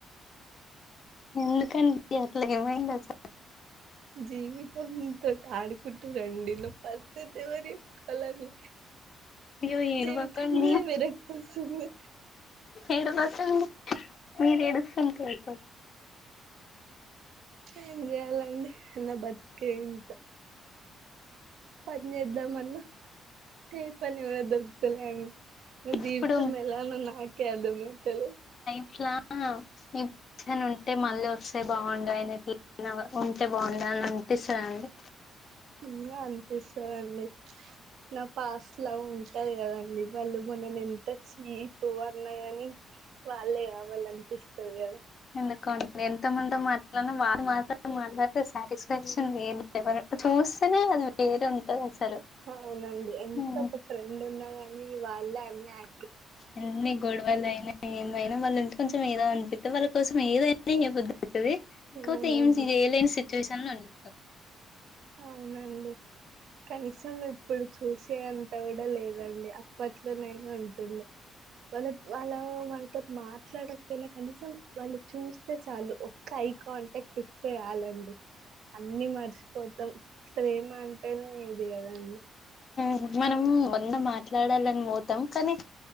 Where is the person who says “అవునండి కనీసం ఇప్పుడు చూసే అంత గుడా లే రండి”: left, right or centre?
Right